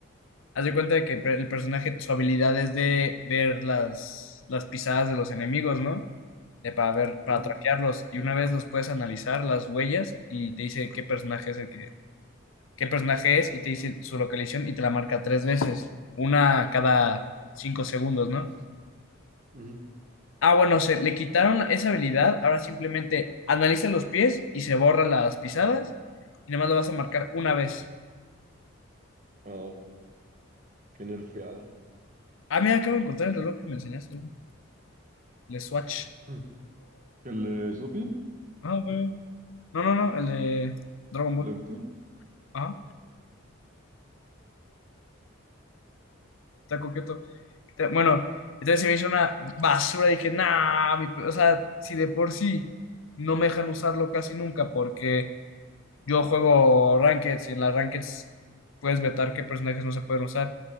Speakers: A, on the left; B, on the right.
A: Haz de cuenta de que pre- el personaje, su habilidad es de ver las, las pisadas de los enemigos, ¿no? De para ver, para
B: ujú,
A: traquearlos. Y una vez los puedes analizar, las huellas, y te dice qué personaje es el que, qué personaje es, y te dice su localización y te la marca tres veces, una cada cinco segundos, ¿no?
B: ujú.
A: Ah, bueno, se le quitaron esa habilidad, ahora simplemente analiza los pies y se borra las pisadas, y nada más lo vas a marcar una vez.
B: Ah, qué nerfeada.
A: Ah, mira, acabo de encontrar el reloj que me enseñaste, güey. El Swatch.
B: Ujú. ¿El eh, Snoopy?
A: Ah, güey. No, no, no, el de Dragon
B: ¿El
A: Ball.
B: de Goku?
A: Ajá, está coqueto. Está- Bueno, entonces se me hizo una basura. Dije, nah, mi pe-". o sea, si de por sí no me dejan usarlo casi nunca porque yo juego Rankeds y en las Rankeds puedes vetar qué personajes no se pueden usar.